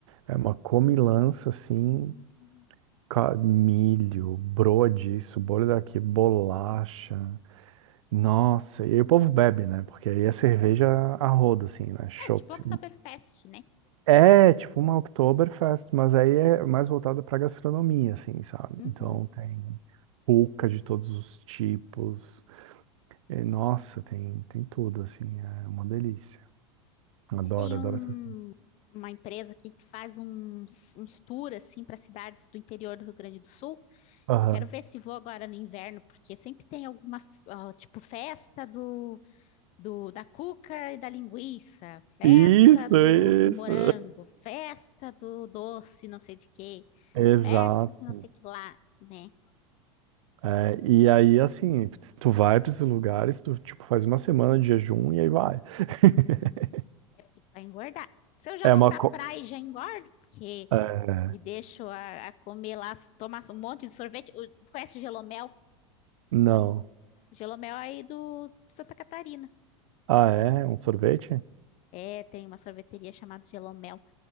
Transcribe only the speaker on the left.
Hum.
É, tipo Oktoberfest, né?
Uhum.
É, Tem
um,
uma empresa aqui que faz uns, uns tours assim, para cidades do interior do Rio Grande do Sul.
Eu quero ver se vou agora no inverno, porque sempre tem alguma, ah, tipo, festa do do, da cuca e da linguiça, festa
do,
do morango, festa do doce, não sei de quê,
festa de não sei que lá, né?
É porque tu vai engordar. Se eu já
vou
pra
praia e já engordo, porque
me deixo a, a comer lá, tomar um monte de sorvete. Tu conhece gelomel?
Gelomel é aí do de Santa Catarina.
É, tem uma sorveteria chamada Gelomel,